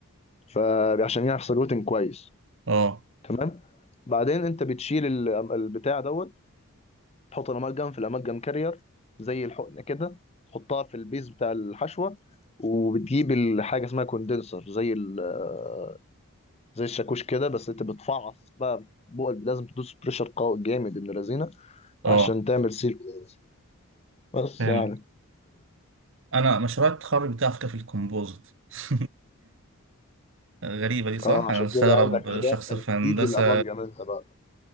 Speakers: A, on the left; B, on the right.
A: فعشان يحصل روتين كويس
B: اه
A: تمام بعدين انت بتشيل ال- البتاع دوت تحط الأمالجم في الأمالجم كارير زي الحقنة كده تحطها في البيز بتاع الحشوة وبتجيب الحاجة اسمها كوندنسر زي ال- آه، زي الشاكوش كده بس انت بتفعص بقى بقى لازم تدوس بريشر قوي جامد ابن لذينه
B: اه
A: عشان تعمل سيل كويس بس
B: فهمت
A: يعني
B: انا مشروع التخرج بتاعي على فكره في الكومبوزيت <laughs> غريبه دي صح
A: اه عشان
B: انا مستغرب
A: كده عندك اداء
B: شخص في
A: شديد
B: هندسه
A: للامالجم انت بقى